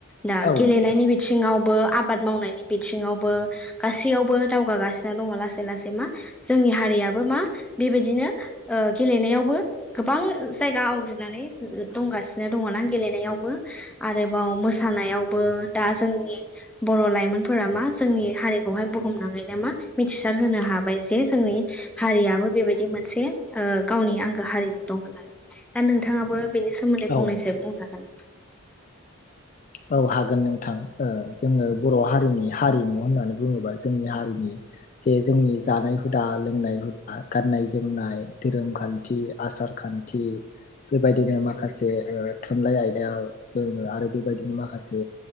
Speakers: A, in the centre; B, on the left (about 35°).
A: दा
B: औ
A: गेलेनायनि
B: नोंथां
A: बिथिङाव बो आबाद मावनायनि बिथिावबो गासैयावबो दावगागासिनो दङ लासै लासै मा जों नि हारियाबो मा बेबायदिनो गेलेनायावबो गोबां जायगा आवग्रिनानै दंगासिनो दङा गेलेनायावबो आरोबाव मो सानायावबो दा जोंनि बर' लाइमोनफोरा मा जोंनि हारिखौहाय बुहुमनाङैनो मा मिथिसार होनो हाबाय जे जोंनि हारियाबो बेबायदि मोनसे गावनि आंगो हारिमु दं होननानै दा नोंथाङाबो बेनि सोमोन्दै
B: औ
A: फंनैसो
B: नोंथां
A: बुंनो हागोन नामा?
B: औ हागोन नोंथां ओ जोङो बर' हारिनि हारिमु होननानै बुङोबा जोंनि हारिनि जे जोंनि जानाय हुदा लोंनाय हुदा गाननाय जोमनाय धोरोम खान्थि आसार खान्थि बेबायदिनो माखासे थुनलाइ आयदायाव जोङो आरो बेबायदि नों माखासे